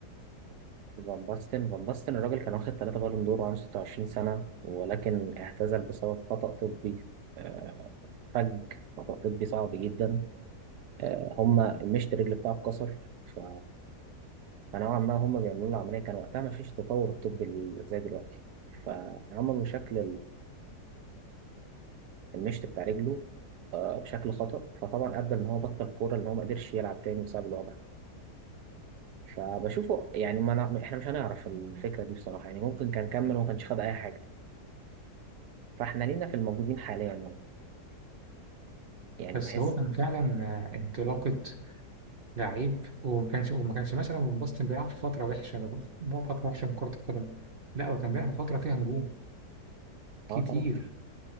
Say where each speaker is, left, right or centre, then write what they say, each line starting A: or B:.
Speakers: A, on the right; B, on the right.
A: فان باستن فان باستن الراجل كان واخد ثلاثة بالون دور وعنده 26 سنة ولكن اعتزل بسبب خطأ طبي آه، فج خطأ طبي صعب جدا آه، هما مشط الرجل بتاعه اتكسر ف- فنوعا ما هما بيعملوا له عملية كان وقتها ما فيش تطور الطبي زي دلوقتي فعملوا شكل المشط بتاع رجله آه، بشكل خطأ فطبعا ادى ان هو بطل الكوره ان هو ما قدرش يلعب تاني بسبب الوضع فبشوفه يعني ما نع- احنا مش هنعرف الفكره دي بصراحه يعني ممكن كان كمل وما كانش خد اي حاجه فاحنا لينا في الموجودين حاليا يعني يعني
B: بس
A: بحس
B: هو كان فعلا آه، انطلاقة لعيب وما كانش وما كانش مثلا فان باستن بيلعب في فترة وحشة بيلعب في فترة وحشة من كرة القدم لا هو كان بيلعب في فترة فيها نجوم كتير
A: اه طبعا